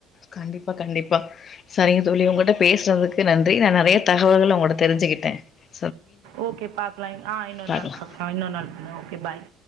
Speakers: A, on the left; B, on the right.
A: கண்டிப்பா கண்டிப்பா சரிங்க தோழி உங்கட்ட பேஸ்றதுக்கு நன்றி நா நெறைய தகவல்கள் உங்கோட தெரிஞ்சுகிட்ட
B: ஓகே பாக்லா ஆ இன்னொரு
A: பாக்கலாம்.
B: நாள் பாக் ஆ இன்னொரு நாள் ஓகே பாய்